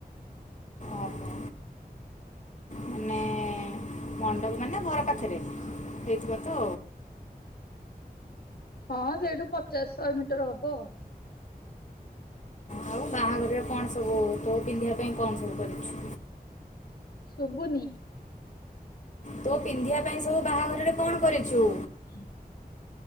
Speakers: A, on the left (about 50°); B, on the left (about 70°).
A: ଓହୋ ମାନେ ମଣ୍ଡପ ମାନେ ଘର ପାଖରେ? ହେଇଥିବ ତ?
B: ହଁ ସେଇଠୁ ପଚାଶ ଶହେ ମିଟର୍ ହବ।
A: ଆଉ ବାହାଘରରେ କଣ ସବୁ ତୋ ପିନ୍ଧିବା ପାଇଁ କଣ ସବୁ କରିଛୁ?
B: ଶୁବୁନି?
A: ତୁ ପିନ୍ଧିବା ପାଇଁ ସବୁ ବାହାଘରରେ କଣ କରିଛୁ?
B: ହଁ।